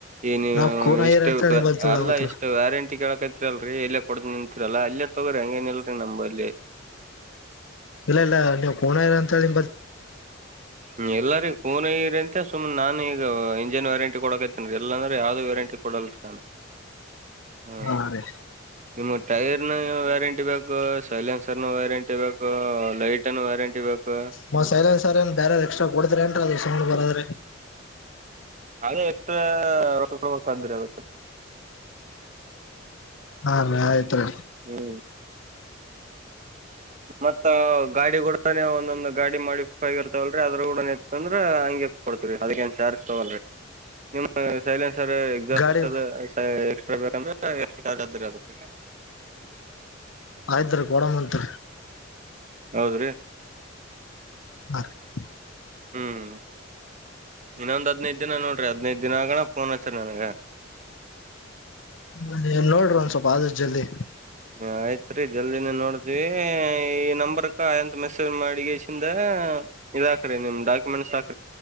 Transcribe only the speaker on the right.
ಏ ನೀ
ಇಷ್ಟು
ಅಲ್ಲ ಇಷ್ಟು ವ್ಯಾರಂಟಿ ಕೇಳಕೈತ್ರಿ ಅಲ್ರರಿ ಎಲ್ಲಿ ಕೊಡ್ದ ನಿಂತೀರಲ್ಲ ಅಲ್ಲೇ ತಗೋ್ರಿ ಹಂಗೇನ್ ಇಲ್ರಿ ನಂಬಲ್ಲಿ
ಹ್ಮ ಎಲ್ಲಾರಿ ಕೂನ ಇರಿ ಅಂತ ಸುಮ್ನೆ ನಾನುೀಗ ಇಂಜಿನ್ ವ್ಯಾರಂಟಿ ಕೊಡಕ ಇದತೇನ್ೀ ಎಲ್ಲಾಂದ್ರೆ ಯಾವ್ದು ವ್ಯಾರಂಟಿ ಕೊಡಲ್ರಿ ನಾನು ಹ್ಮ್
ನಿಮ್ಮ ಟೈರ್ ನ ವ್ಯಾರಂಟಿ ಬೇಕು ಸೈಲೆನ್ಸರ್ ನ ವ್ಯಾರಂಟಿ ಬೇಕು ಲೈಟ್ ಅ ವ್ಯಾರಂಟಿ ಬೇಕು
ಅದೇ ಎಕ್ಸ್ಟ್ರಾ ರೋಗೋಗಕ್ ಸಾಧ್ಯ್ರ ಅದಕ್ಕೆ
ಹ್ಮ್ ಮತ್ತ ಗಾಡಿ ಕೂಡನೇ ಒಂದೊಂದು್ ಗಾಡಿ ಮಾಡಿಫ ಆಗ ಇರ್ತವಲ್ರಿ ಅದ್ರ ಕೂಡನ ಇತ್ತ ಅಂದ್ರ ಹಗೆ ಕೊಡ್ತರಿ ಅದಕ್ಕೆ ನ್ ಸ್ಯಾರ್ ತೊಗೋಲ್ರಿ ನಿಮ ಸೈಲೆನ್ಸ್ ಸರ್ ಎಕ್ಸಾಸ್ಟ್
ಎಕ್ಸ್ಟ್ರಾ ಬೇಕಂದ್ರೆ ಎಕ್ಸ್ಟ್ರಾ ಚಾರ್ಜ್ ಅ್ರ ಅದಕ್ಕೆ
ಹೌದ್ರಿ
ಹ್ಮ್ ಇನ್ನೊಂದ್ ಹದ್ನೈದ ದಿನ ನೋಡ್ರಿ ಹದ್ನೈದ ದಿನ ಆಗಣ ಫೋನ್ ಹಚ್ಚರಿ ನನ್ಗ
ಹ ಆಯ್ತ್ ರೀ ಜಲ್ದಿನ ನೋಡ್ತಿೀವಿ ಈ ನಂಬರ್ಕ್ಕ ಎಂತ ಮೆಸೇಜ್ ಮಾಡಿಿಗೆ ಶಿಂದ ಹ ಇದ ಹಾಕರಿ ನಿಮ ಡಾಕ್ಯುೆಟ್ ಹಾಕರಿ